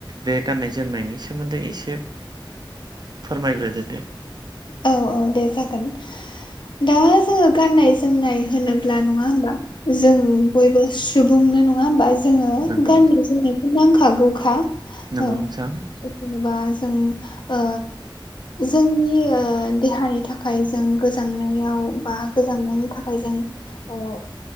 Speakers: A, on the right; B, on the left.
A: बे गाननाय जोमनायनि सोमोन्दै एसे फोरमायग्रोदो दे।
B: औ औ दे जागोन। दा जोङो गाननाय जोमनाय होनोब्ला नङा होमबा। जों बयबो सुबुंनो नङा होनबा। जोङो
A: नंगौ
B: गाननाय जोमनायखौ नांखागौखा।
A: नोंगौ
B: औ
A: नोंथां।
B: जेनेबा जों ओ जोंनि ओ ओ देहानि थाखाय जों गोजांनायाव बा गोजांनायनि थाखाय जों ओ